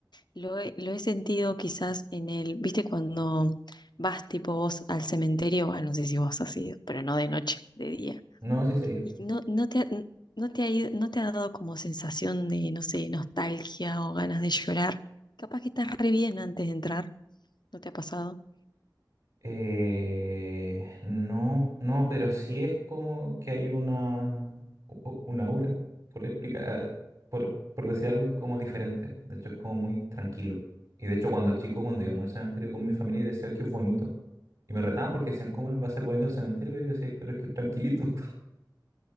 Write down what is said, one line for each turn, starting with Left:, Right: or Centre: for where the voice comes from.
Left: lo he, lo he sentido quizás en el, viste, cuando vas tipo vos al cementerio, bueno, no sé si vos has ido, pero no de noche, de día.
Right: No, así seguido
Left: Y no, no te ha, no te ha ido- no te ha dado como sensación de, no sé, nostalgia o ganas de llorar. Capaz que estás re bien antes de entrar, ¿no te ha pasado?
Right: Eh, no, no, pero sí es como que hay una, u- u- una aura, por explicar, por, por decir algo, es como diferente. De hecho, es como muy tranquilo. Y de hecho, cuando chico, cuando íbamos al cementerio con mi familia, decía, ay, qué bonito. Y me retaban porque decían, ¿cómo va a ser bonito el cementerio? Y yo decía, pero es que es tranquilito.